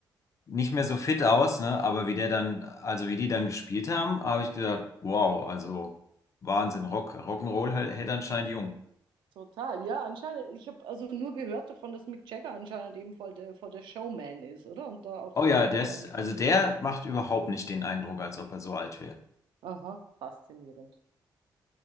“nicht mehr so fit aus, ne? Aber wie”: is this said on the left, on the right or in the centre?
Left